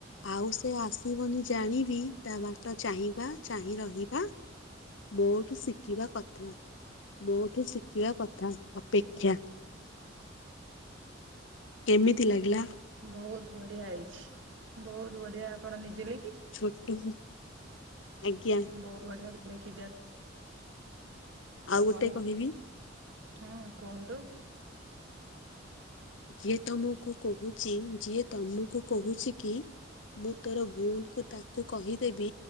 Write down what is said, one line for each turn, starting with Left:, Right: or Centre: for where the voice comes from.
Left: ଆଉ ସେ ଆସିବନି ଜାଣିବି ତା ବାଟ ଚାହିଁବା ଚାହିଁ ରହିବା ମୋଠୁ ଶିଖିବା କ ମୋଠୁ ଶିଖିବା କଥା ଅପେକ୍ଷା। କେମିତି ଲାଗିଲା?
Right: ବହୁତ ବଢିଆ ହେଇଛି, ବହୁତ ବଢିଆ ଆପଣ ନିଜେ ଲେ
Left: ଛୋଟୁ ଆଜ୍ଞା।
Right: ବହୁତ ବଢ଼ିଆ <unintelligible>
Left: ଆଉ
Right: ଆପଣଙ୍କୁ
Left: ଗୋଟେ କହିବି
Right: ହଁ କୁହନ୍ତୁ।
Left: ଯିଏ ତମକୁ କହୁଚି ଯିଏ ତମକୁ କହୁଚି କି ମୁଁ ତୋର ଭୁଲକୁ ତାକୁ କହିଦେବି